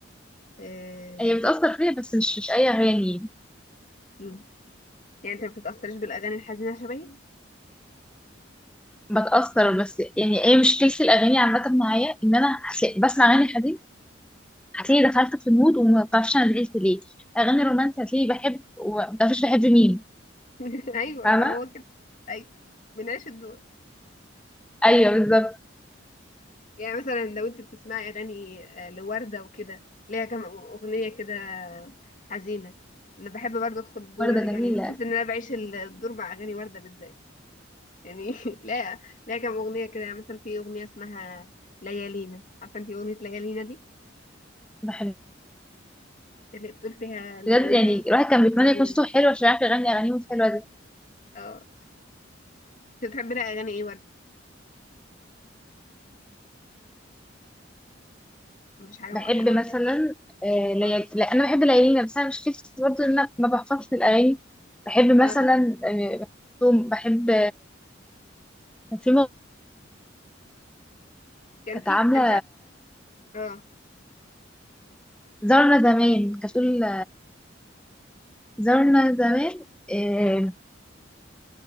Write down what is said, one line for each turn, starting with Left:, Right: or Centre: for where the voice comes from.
Left: آه،
Centre: هي بتأثر فيا بس مش مش أي أغاني
Left: مم. يعني انت ما بتتاثريش بالاغاني الحزينه شبهي
Centre: بتأثر بس يعني ايه مشكلة الأغاني عامة معايا إن أنا هتلاقي- بسمع أغاني حزين هتلاقيني دخلت في المود وما بعرفش أنا زعلت ليه أغاني رومانسية هتلاقيني بحب وما بعرفش بحب مين
Left: <laughs> ايوه
Centre: فاهمة؟
Left: ما هو كده ايوه بنعيش الدور
Centre: أيوه بالظبط
Left: يعني مثلا لو انت بتسمعي اغاني آه، لوردة وكده ليها كام اغنية كده حزينة انا بحب برضه ادخل الدور
Centre: وردة
Left: يعني
Centre: جميلة
Left: بتحس ان انا بعيش الدور مع اغاني وردة بالذات يعني <laughs> لا لا كام اغنية كده يعني مثلا في اغنية اسمها ليالينا عارفة انت اغنية ليالينا دي
Centre: بحب
Left: اللي بتقول فيها ليالينا
Centre: بجد يعني الواحد كان بيتمنى
Left: ليالينا؟
Centre: يكون صوته حلو عشان يعرف يغني أغانيهم الحلوة دي
Left: اه انت بتحبي لها اغاني ايه وردة مش حاجة
Centre: بحب
Left: معينة
Centre: مثلا
Left: ولا ايه
Centre: آه ليا...
Left: اه
Centre: لا أنا بحب ليالينا بس أنا مشكلتي برضه إن أنا ما بحفظش الأغاني بحب مثلا
Left: اه
Centre: آه، بحب في مغ-
Left: كان
Centre: كانت
Left: في
Centre: عاملة
Left: انت عارف- اه
Centre: زارنا زمان كانت بتقول زارنا زمان إيه